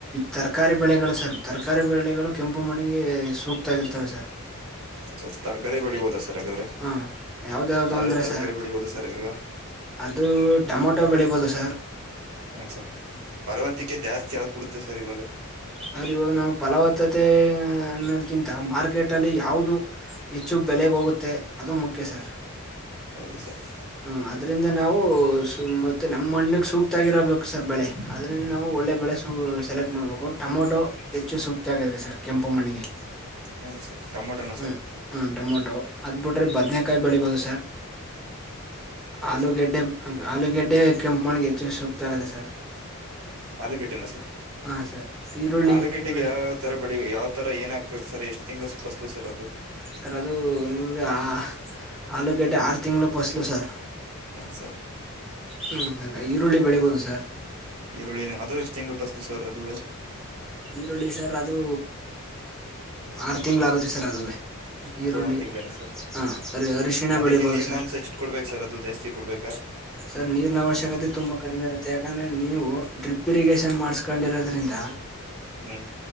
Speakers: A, in the centre; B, on the right.
A: ತರಕಾರಿ ಬೆಳೆಗಳು ಸರ್ ತರಕಾರಿ ಬೆಳೆಗಳು ಕೆಂಪು ಮಣ್ಣಿಗೆ ಸೂಕ್ <unintelligible> ಗ್ ಇರ್ತವೆ ಸರ್.
B: ಸ ತರಕಾರಿ ಬೆಳಿಬೋದ ಸರ್ ಹಾಗಾದ್ರೆ
A: ಹ ಯಾವ್ದ್ಯಾವ್ದು
B: ಯಾವ್ಯಾವ
A: ಅಂದ್ರೆ
B: ತರಕಾರಿ
A: ಸರ್
B: ಬೆಳಿಬೋದು ಸರ್ ಈವಾಗ.
A: ಅದು ಟೊಮೊಟೊ ಬೆಳಿಬೋದು ಸರ್.
B: ಹಾ ಸರ್ ಫಲವತ್ತಿಕೆ ಜಾಸ್ತಿ ಯಾವ್ದ್ ಬಿಡುತ್ತೆ ಸರ್ ಇವಾಗ.
A: ಸರ್ ಇವಾಗ ನಾವ್ ಫಲವತ್ತತೆ ಅನ್ನೋದ್ಕಿಂತ ಮಾರ್ಕೆಟ್ ಅಲ್ಲಿ ಯಾವ್ದು. ಹೆಚ್ಚು ಬೆಲೆಗ್ ಹೋಗುತ್ತೆ ಅದು ಮುಖ್ಯ ಸರ್.
B: ಹೌದು ಸರ್
A: ಹ್ಮ ಅದ್ರಿಂದ ನಾವು ಸುಮ್ ಮತ್ತೆ ನಮ್ಮ್ ಮಣ್ಣಿಗೆ ಸೂಕ್ತ ಆಗರಬೇಕು ಸರ್ ಬೆಳೆ ಆದ್ರಿಂದ ನಾವು ಒಳ್ಳೆ ಬೆಳೆ ಸ್ ಅದು ಸೆಲೆಕ್ಟ್ ಮಾಡ್ಬೇಕು ಟೊಮೊಟೊ ಹೆಚ್ಚು ಸೂಕ್ತ ಆಗದೆ ಸರ್ ಕೆಂಪು ಮಣ್ಣಿಗೆ.
B: ಹ್ಮ್ ಸರ್ ಟೊಮೊಟೊನಾ
A: ಹ್ಮ್
B: ಸರ್
A: ಹ್ಮ್ ಟೊಮೊಟೊ. ಅದ್ ಬಿಟ್ರೆ ಬದ್ನೇಕಾಯಿ ಬೆಳಿಬೋದು ಸರ್
B: ಹೌದು
A: ಆಲೂಗೆಡ್ಡೆ.
B: ಸರ್
A: ಹಂಗ್ ಆಲೂಗೆಡ್ಡೆ ಕೆಂಪು ಮಣ್ಣಿಗೆ ಹೆಚ್ಚು ಸೂಕ್ತ ಆಗದೆ ಸರ್.
B: ಆಲೂಗೆಡ್ಡೆನ ಸರ್
A: ಹಾ ಸರ್ ಈರುಳ್ಳಿ
B: ಆಲೂಗೆಡ್ಡೆಗೆ
A: ಬೆಳೆ
B: ಯಾವತ್ <unintelligible> ತರ ಬೆಳಿ ಯಾವ್ ತರ ಏನ್ ಹಾಕ್ಬೇಕ್ ಸರ್ ಎಷ್ಟ್ ತಿಂಗಳು ಪಸ್ಲು ಸರ್ ಅದು.
A: ಸರ್ ಅದು ನಿಮ್ಗೆ ಆ ಆಲೂಗೆಡ್ಡೆ ಆರು ತಿಂಗ್ಳು ಪಸ್ಲು ಸರ್.
B: ಹ್ಮ್ ಸರ್
A: ಹ್ಮ್ ಈರುಳ್ಳಿ ಬೆಳಿಬೋದು ಸರ್.
B: ಈರುಳ್ಳಿ ಅದು ಇಷ್ಟು ತಿಂಗಳು ಪಸ್ಲು ಸರ್ ಅದುವೇ.
A: ಈರುಳ್ಳಿ ಸರ್ ಅದು ಆರು ತಿಂಗಳಾಗುತ್ತೆ ಸರ್ ಅದುವೆ. ಈರುಳ್ಳಿ
B: ಅದು ಆರು ತಿಂಗಳೇನಾ ಸರ್
A: ಹಾ ಅರಿ ಅರಿಶಿಣ
B: ಅದಕ್ಕೆ
A: ಬೆಳಿಬೋದು
B: ನೀರಿನಾಂಶ
A: ಸರ್.
B: ಎಷ್ಟು ಕೊಡ್ಬೇಕು ಸರ್ ಅದು ಜಾಸ್ತಿ ಕೊಡ್ಬೇಕ.
A: ಸರ್ ನೀರ್ನ ಅವಶ್ಯಕತೆ ತುಂಬಾ ಕಡಿಮೆ ಇರುತ್ತೆ ಯಾಕಂದ್ರೆ ನೀವು ಡ್ರಿಪ್ ಇರಿಗೇಷನ್ ಮಾಡಸ್ಕೊಂಡಿರೋದ್ರಿಂದ.
B: ಹ್ಮ್